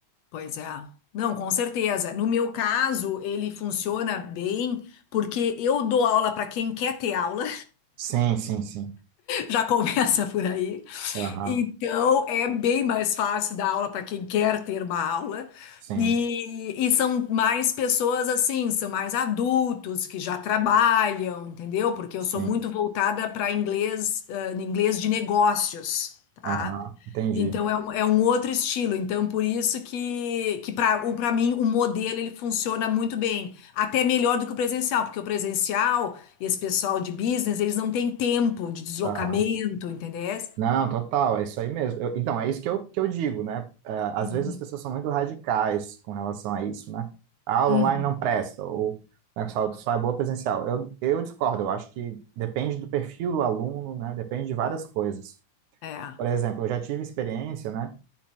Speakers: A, on the left; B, on the right.
A: pois é. Não, com certeza. No meu caso, ele funciona bem porque eu dou aula para quem quer ter aula.
B: Sim, sim, sim.
A: Já começa <laughs> por aí.
B: Aham,
A: Então, é bem mais fácil dar aula para quem quer ter uma aula.
B: Sim,
A: E, e são mais pessoas assim, são mais adultos que já trabalham, entendeu? Porque
B: sim.
A: eu sou muito voltada para inglês, ah, inglês de negócios, tá?
B: Aham, entendi.
A: Então é um, é um outro estilo. Então por isso que, que para para mim o modelo ele funciona muito bem, até melhor do que o presencial, porque o presencial e esse pessoal de business, eles não têm tempo de deslocamento,
B: Aham.
A: entendeu?
B: Não, total, é isso aí mesmo. Eu- então, é isso que eu, que eu digo, né? É, às
A: Uhum.
B: vezes as pessoas são muito radicais com relação a isso, né? A aula
A: Uhum.
B: online não presta, ou né, só, só é boa presencial. Eu, eu discordo, eu acho que depende do perfil do aluno, né? Depende de várias coisas.
A: É.
B: Por exemplo, eu já tive experiência, né?